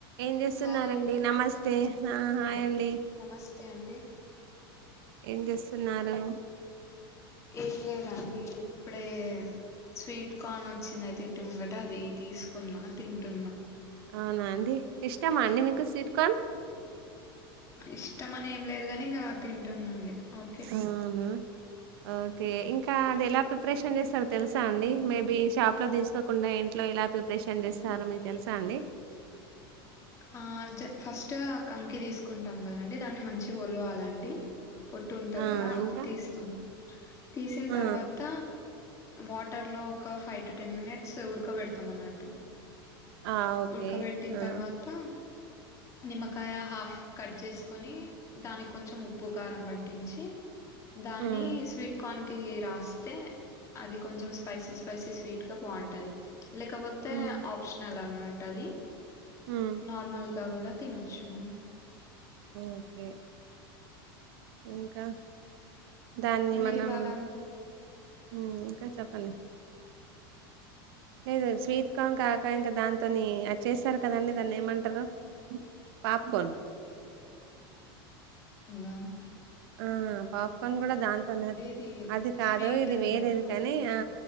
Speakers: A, on the right (about 70°); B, on the left (about 25°).
A: ఏం చేస్తున్నారండి
B: హాయ్ అండి
A: నమస్తే ఆ హాయ్ అన్
B: నమస్తే అండి
A: ఏం చేస్తున్నారు
B: ఏం లేదండి ఇప్పుడే స్వీట్ కార్న్ వచ్చినాయి తింటి ముంగట అది తీసుకున్నా తింటున్నా
A: అవునా అండి ఇష్టమా అండి మీకు స్వీట్ కార్న్
B: ఇష్టమనేం లేదుగాని ఇంగ ఆ తిన్ టున్న అండి <inaudible> ఓకే
A: అవునా ఓకే ఇంకా అది ఎలా ప్రిపరేషన్ చేస్తారో తెలుసా అండి మేబి షాప్ లో తీసుకోకుండా ఇంట్లో ఎలా ప్రిపరేషన్ చేస్తారో మీకు తెలుసా అండి
B: ఆ జ ఫస్ ట్ ఆ కంకి తీసుకుంటాం కదండి దాన్ని మంచిగా ఒలవాలండి పొట్టు ఉంటది
A: ఆ
B: కదా అది
A: ఇంకా
B: తీస్తాం తీసిన
A: ఆ
B: తర్వాత వాటర్ లో ఒక ఫైవ్ టు టెన్ మినిట్స్ ఉడకబెడతాం అన్నట్టు
A: ఆ ఓకే
B: ఉడకబెట్టిన
A: ఆ
B: తర్వాత నిమ్మకాయ హాఫ్ కట్ చేసుకొని, దానికి కొంచెం ఉప్పు కారం బట్ బటించి దాన్ని
A: ఉమ్
B: స్వీట్ కార్న్ కి రాస్తే అది కొంచం స్పైసీ స్పైసీ స్వీట్ గా బాగుంటది. లేకపోతే
A: ఉమ్
B: ఆప్షనల్ అన్న ట్టది
A: ఉమ్
B: నార్మల్ పకోడా తనచ్చు మనం
A: ఓకే ఇంకా దాన్ని
B: మీరు
A: మనం
B: ఇవాళ
A: హ్మ్ ఇంకా చెప్పండి నెయ్ దోస్ స్వీట్ కార్న్ కాక ఇంకా దాంతోని యా చేశారు కదండి. దాన్ని ఏమంటారు పాప్కోన్
B: ఆ
A: ఆ పాప్కార్న్ కూడా దాంతోనే
B: ఇది
A: అది కాదు
B: స్వీట్
A: ఇది
B: అన్నట్టు
A: వేరేది కానీ ఆ